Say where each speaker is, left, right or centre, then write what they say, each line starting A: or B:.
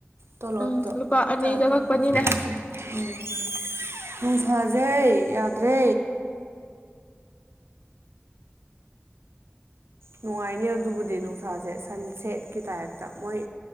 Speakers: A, on the right; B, on the left.
A: ꯇꯣꯂꯣꯞꯇꯣ
B: ꯎꯝ ꯂꯨꯄꯥ ꯑꯅꯤ
A: ꯆꯥ
B: ꯆꯪꯉꯛꯄꯅꯤꯅ
A: ꯊꯛꯄ ꯆꯠꯂꯁꯦ ꯎꯝ ꯅꯨꯡꯁꯥ ꯁꯦ ꯌꯥꯗ꯭ꯔꯦ ꯅꯨꯡꯉꯥꯏꯅꯦ ꯑꯗꯨꯕꯨꯗꯤ ꯅꯨꯡꯁꯥꯁꯦ ꯁꯟ ꯁꯦꯠꯀꯤ ꯇꯥꯏꯞꯇ ꯃꯣꯏ